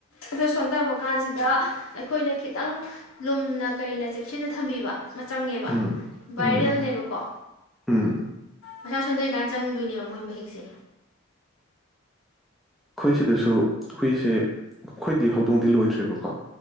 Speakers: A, on the left (about 75°); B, in the centre.
A: ꯑꯗꯨ ꯁꯣꯟꯊꯕ ꯀꯥꯟꯁꯤꯗ ꯈꯤꯇꯪ ꯂꯨꯝꯅ ꯀꯅ ꯆꯦꯛꯁꯤꯟꯅ ꯊꯝꯕꯤꯕ ꯃ ꯆꯪꯉꯦꯕ
B: ꯎꯝ
A: ꯚꯥꯏꯔꯦꯜꯅꯦꯕꯀꯣ
B: ꯎꯝ ꯎꯝ ꯎꯝ
A: ꯃꯁꯥ ꯁꯣꯟꯊꯩꯀꯥꯟ ꯆꯪꯗꯣꯏꯅꯦꯕ ꯃꯣꯏ ꯃꯍꯤꯛꯁꯦ
B: ꯑꯩꯈꯣꯏ ꯁꯤꯗꯁꯨ ꯍꯨꯏꯁꯦ ꯑꯩꯈꯣꯏꯗꯤ ꯍꯧꯗꯣꯡꯗꯤ ꯂꯣꯏꯗ꯭ꯔꯦꯕꯀꯣ